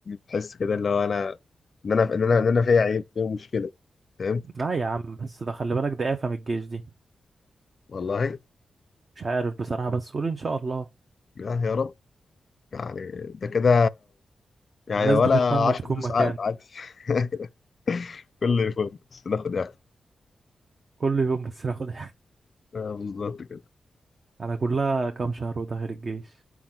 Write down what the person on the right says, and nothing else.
لا يا عم بس ده خلي بالك ده آفة من الجيش دي
مش عارف بصراحة بس قول إن شاء الله
الناس
بتتمنى
تكون
مكان
كل يوم بس ناخد
<laughs> أنا كلها كام شهر وداخل الجيش